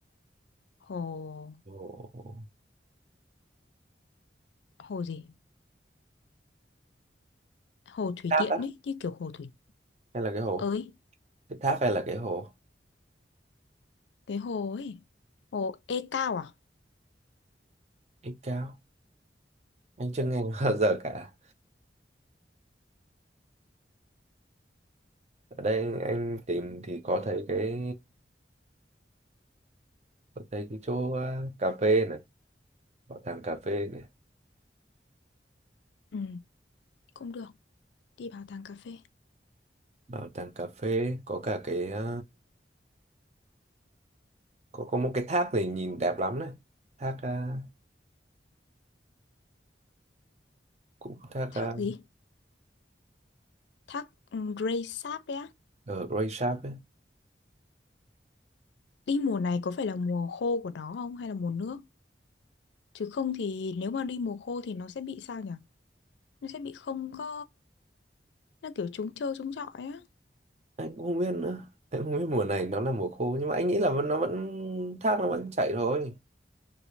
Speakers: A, on the left; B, on the right.
A: hồ
B: hồ
A: hồ gì hồ thủy
B: tháp
A: điện
B: á
A: ấy như kiểu hồ thủy
B: hay là cái hồ
A: ơi
B: cái tháp hay là cái hồ
A: cái hồ ấy hồ Ê Cao à
B: ít cao anh chưa nghe <laughs> bao giờ cả ở đây anh, anh tìm thì có thấy cái có thấy cái chỗ à, cà phê này bảo tàng cà phê này
A: ừ cũng được đi bảo tàng cà phê
B: bảo tàng cà phê có cả cái à, có có một cái tháp này nhìn đẹp lắm này thác à, cũng thác
A: thác
B: à,
A: gì thác ừ, Grey Sáp đấy á
B: ở Grey Shark ấy
A: Đi mùa này có phải là mùa khô của nó không hay là mùa nước? Chứ không thì nếu mà đi mùa khô thì nó sẽ bị sao nhỉ? Nó sẽ bị không có nó kiểu trống trơ trống trọi á.
B: anh cũng không biết nữa anh không biết mùa này nó là mùa khô nhưng mà anh nghĩ là vẫn- nó vẫn thác nó vẫn chảy thôi